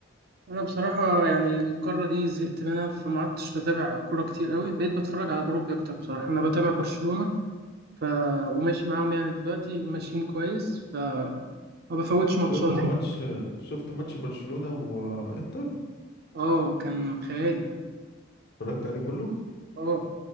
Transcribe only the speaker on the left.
شفت
ماتش
شفت ماتش برشلونة وإنتر
اتفرجت عليه كله